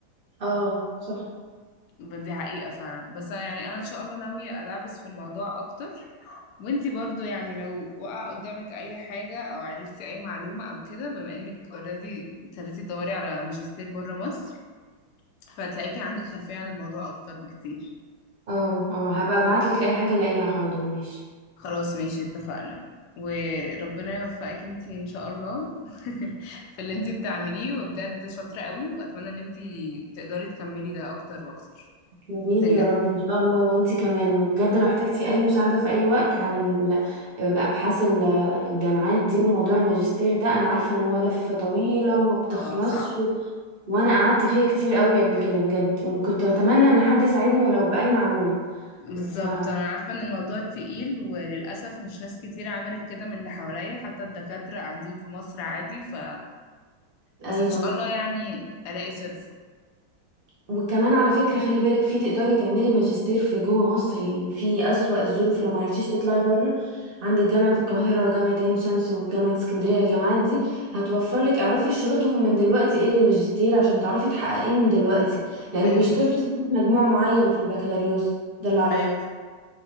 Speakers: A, on the right; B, on the left.
A: اه صح
B: دي حقيقه فعلا بس أنا يعني انا ان شاء الله ناويه ادعبس في الموضوع اكتر وانت برضو يعني لو وقع قدامك اي حاجه او عرفتي اي معلومه او كده بما انك اوريدي ابتديتي تدوري على ماجستير بره مصر فهتلاقيكي عندك خلفيه عن الموضوع اكتر بكتير
A: اه اه هبقى ابعتلك اي حاجه الاقيها حاضر ماشي
B: خلاص ماشي اتفقنا وربنا يوفقك انتي ان شاء الله <laughs> في اللي انتي بتعمليه وبجد شاطرة قوي واتمنى ان انتي تقدري تكملي ده اكتر واكتر
A: جميل
B: وتنجحي
A: يا رب
B: فيه
A: ان شاء الله وانتي كمان وبجد لو احتجتي اي مساعده في اي وقت على ال- ابحاث ال- الجامعات دي وموضوع الماجستير ده انا عارفه ان هو لفه طويله وما بتخلصش
B: اه صعب
A: وانا قعدت فيها كتير قوي قبل كده بجد وكنت بتمنى ان حد يساعدني ولو باي معلومه
B: بالظبط
A: ف
B: انا عارفة ان الموضوع تقيل وللأسف مش ناس كتير عملت كده من اللي حواليا حتى الدكاترة قاعدين في مصر عادي ف
A: ايوه
B: بس ان شاء الله يعني الاقي صرفة
A: وكمان على فكرة خلي بالك في تقدري تعملي ماجستير في جوه مصر يعني في أسوأ الظروف لو ما عرفتيش تطلعي بره عندك جامعة القاهرة وجامعة عين شمس وجامعة اسكندرية الجامعات دي هتوفر لك اعرفي شروطهم من دلوقتي ايه للماجستير عشان تعرفي تحققيه من دلوقتي لأن
B: ايوه
A: بيشترطوا
B: فاهمك
A: ساعات مجموع معين في البكالوريوس ده اللي أعرفه
B: ايوه صح